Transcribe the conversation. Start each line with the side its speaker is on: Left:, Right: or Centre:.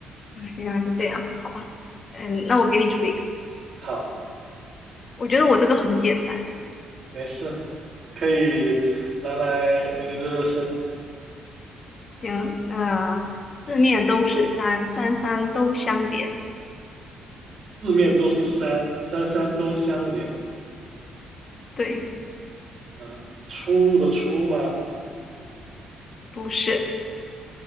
Left: 原来是这样，好吧，嗯，那我给你出一个，
Right: 好，
Left: 我觉得我这个很简单诶，
Right: 没事，可以拿来那个热热身。
Left: 行，那、四面都是山，山山都相连，
Right: 四面都是山，山山都相连
Left: 对，
Right: 啊。出入的出吗？
Left: 不是，